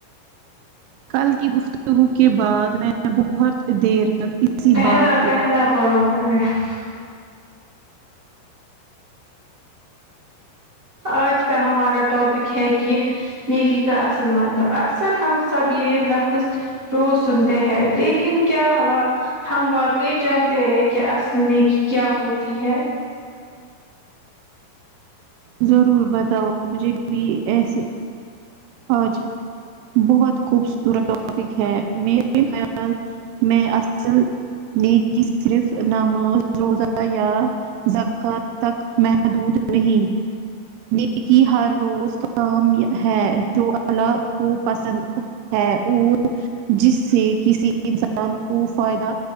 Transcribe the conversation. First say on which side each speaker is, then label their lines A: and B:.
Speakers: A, on the right (about 80°); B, on the right (about 30°).
A: کل کی گفتگو کے بعد میں بہت دیر تک اسی
B: پہلا
A: بات کے
B: <unintelligible> آج کا ہمارا ٹوپک ہے کہ نیکی کا اصل مطلب اکثر ہم سب یہ لفظ روز سنتے ہیں لیکن کیا ہوا ہم واقعی جانتے ہیں کہ اصل نیکی کیا ہوتی ہے
A: ضرور بتاؤ مجھے بھی ایسے آج بہت خوبصورت ٹوپک ہے میرے خیال میں اصل نیکی صرف نماز روزہ یا زکات تک محدود نہیں نیکی ہر روز کام ہے جو الله کو پسند ہے اور جس سے کسی انسان کو فائدہ